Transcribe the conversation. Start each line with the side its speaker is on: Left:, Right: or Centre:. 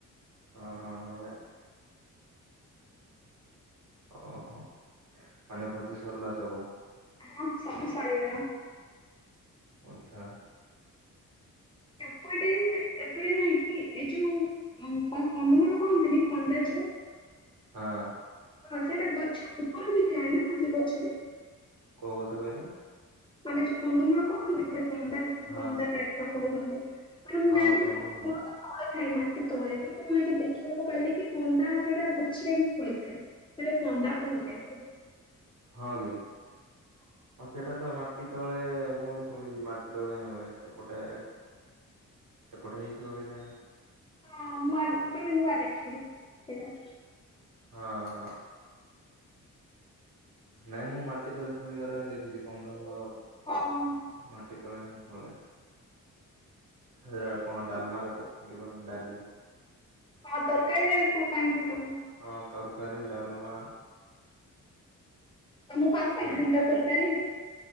Right: ହଁ ହଁ ମାନେ ଓହୋ ମାନେ ଭୋଜି ସରିଲା ସବୁ।
Left: ହଁ ସବୁ ସରିଗଲା।
Right: ଆଚ୍ଛା
Left: ଏପଟେ ଏପଟେ ନାଇଁ କି ଏ ଯୋଉ କଣ କନ୍ଦମୂଳ କହନ୍ତିନି, କନ୍ଦା ଯୋଉ
Right: ହଁ
Left: ହଁ ସେଇଟା ଗଛ ଉପରେ ବି ଥାଏ ନା ଏମତି ଗଛରେ
Right: କୋଉ ଗଛ କହିଲେ?
Left: ମାନେ ଯୋଉ କନ୍ଦମୂଳ କୁହନ୍ତି ଗୋଟେ କନ୍ଦା
Right: ହଁ
Left: କନ୍ଦା ଟଇପର କହୁଛନ୍ତି। ମାନେ ମୁଁ
Right: ହଁ
Left: ଜାଣିଥିଲି
Right: କନ୍ଦମୂଳ
Left: <unintelligible> ତଳେ ଥାଏ ମାଟି ତଳେ କିନ୍ତୁ ମୁଁ ଏଇଠି ଦେଖିବାକୁ ପାଇଲିି କି କନ୍ଦା ସେଇଟା ଗଛରେ ବି ଫଳି ଥାଏ। ସେଇଟା କନ୍ଦା କହନ୍ତି ଆକୁ।
Right: ହଁ କି ହଁ ସେଟା ତ ମାଟି ସେତେବେଳେ ମୁଁ ବି ଶୁଣିଛି ମାଟି ତଳେ ହିଁ ହୁଏ ଏପଟେ। ସେପଟେ ହେଇଥିବ କେଜାଣି
Left: ହଁ ମୁଁ ଆଜି ମାନେ ନୂଆ ଦେଖିଲି ସେଇଟା।
Right: ହଁ ହଁ ନାଇଁ ମୁଁ ମାଟି ତଳେ ଖୋଳିବାର ହଁ ଦେଖିଛି କନ୍ଦମୂଳ।
Left: ହଁ
Right: ମାଟି ତଳେ ହିଁ ଫଳେ। ସେ କଣ ଡାଲମାରେ ପକେଇବ ନା ଡାଲି
Left: ହଁ ତରକାରୀରେ ପକାନ୍ତି ସବୁ।
Right: ହଁ ତରକାରୀ ଡାଲମା
Left: ତମକୁ ଆସେ
Right: ସେ
Left: ଘାଣ୍ଟ ତରକାରୀ